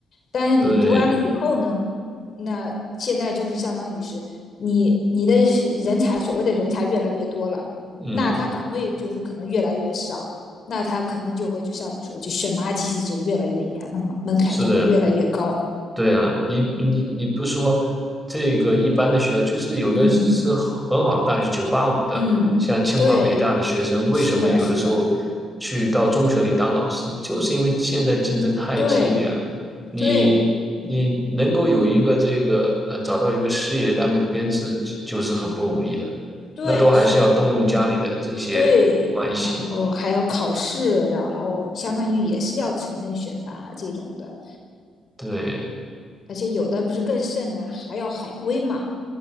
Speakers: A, on the left; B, in the centre.
A: 但是你读完了以后呢，
B: 对，
A: 那现在就是相当于是你你的人才，所谓的人才越来越多了，
B: 嗯，
A: 那他岗位就是可能越来越少，那他可能就会就像你说，就选拔机制就越来越严了嘛，门槛就会越来越高。
B: 是的。对啊，你你你不说这个一般的学校，就是有的是很好的大学，
A: 嗯
B: 九八五的，
A: 嗯，
B: 像清华北大的学生，
A: 对，
B: 为什么有的时候
A: 是的，是的，
B: 去到中学里当老师，就是因为现在竞争太激烈了。
A: 对
B: 你你能够有一个这个呃找到一个事业单位的编制，
A: 对。
B: 就是很不容易的，
A: 对，
B: 那都还是要动用家里的这些关系。
A: 是的，对，然后还要考试，然后相当于也是要层层选拔这种的，
B: 对
A: 而且有的不是更甚的，还要海归嘛，